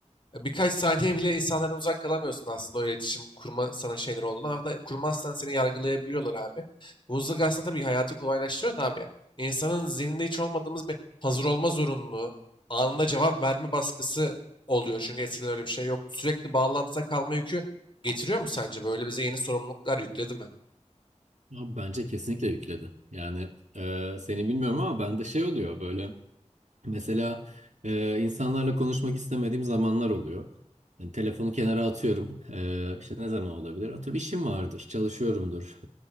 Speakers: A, on the left (about 40°); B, on the right (about 70°).
A: Ya Birkaç saniye bile insanlardan uzak kalamıyorsun aslında o iletişim kurma sana şeyler olduğunu. Ama da kurmazsan seni yargılayabiliyorlar abi. Bu hızlık aslında tabii hayatı kolaylaştırıyor da abi. ya. İnsanın zihninde hiç olmadığımız bir hazır olma zorunluluğu, anında cevap verme baskısı oluyor. Çünkü eskiden öyle bir şey yok. Sürekli bağlantıda kalma yükü getiriyor mu sence? Böyle bize yeni sorumluluklar yükledi mi?
B: Abi bence kesinlikle yükledi. Yani e, seni bilmiyorum ama bende şey oluyor böyle Mesela e, insanlarla konuşmak istemediğim zamanlar oluyor. Yani telefonu kenara atıyorum. E, işte ne zaman olabilir? Atıyorum işim vardır, çalışıyorumdur.